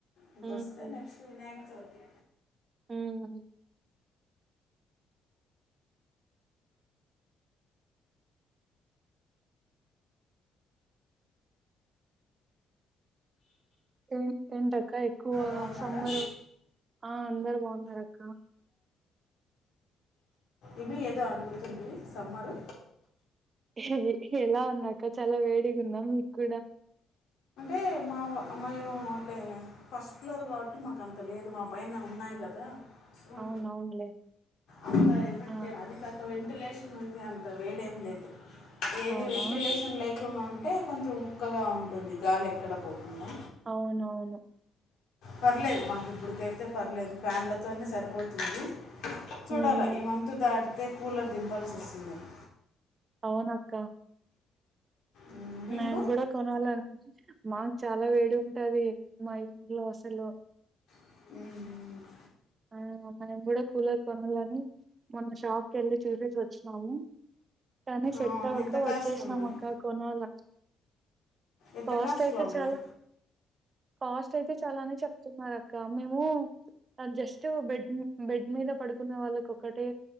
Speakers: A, on the left; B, on the right.
A: ఇంకొస్తే
B: ఉమ్
A: నెక్స్ట్ వినాయక్ చవితి
B: ఉమ్ ఏ ఎంటక్క ఎక్కువగా
A: బాగున్నారా
B: సమ్మర్ ఆ అందరు బాగున్నార్ అక్క
A: ఏమి ఏదో అడుగుతుంటి సమ్మర్
B: ఎ ఎలా ఉందక్క చాలా వేడిగుందా మీక్ కూడా
A: అంటే మా మేము అంటే ఫస్ట్ ఫ్లోర్ కాబట్టి మాక్ అంత లేదు మా పైన ఉన్నాయి కదా ఓ
B: అవును అవునులే
A: అంత ఎఫెక్ట్
B: ఆ
A: అది కథ వెన్ వెంటిలేషన్ ఉంది అంత వేడేం లేదు ఏది
B: అవునా
A: వెంటిలేషన్ లేకుండా ఉం టే కొంచెం ఉక్కగా ఉంటుంది. గాలి ఎక్కడ పోకుండా
B: అవునవును
A: పర్లేదు మాక్ ఇప్పుటికైతే పర్లేదు ఫ్యాన్లతోనే సరిపోతుంది. చూడాలా
B: ఉమ్
A: ఈ మంతు దాటితే కూలర్ దింపల్సి వస్తుందేమో
B: అవునక్క
A: మ్మ్, మీకు
B: నేన్ గుడా కొనాలన్ మాక్ చాలా వేడి ఉంటది మా ఇంట్లో అసలు
A: ఉహు
B: ఆ మేం కూడా కూలర్ కొనాలని మొన్న షాప్ కేళ్ళి చూసేసిసోచ్చి న్నాము కానీ సెట్
A: అవును
B: అవ్వక
A: ఎంత కాస్ట్
B: వచ్చేసినాం
A: ఉన్నాయి
B: అక్క కొనాల
A: ఎంత
B: కాస్ట్
A: కాస్ట్లో
B: అయితే
A: ఉన్నాయి
B: చాలా కాస్ట్ అయితే చాలానే చెప్తున్నారు అక్క మేము అడ్జస్ట్ టు బెడ్ బెడ్ మీద పడుకునే వాళ్ళకి ఒకటే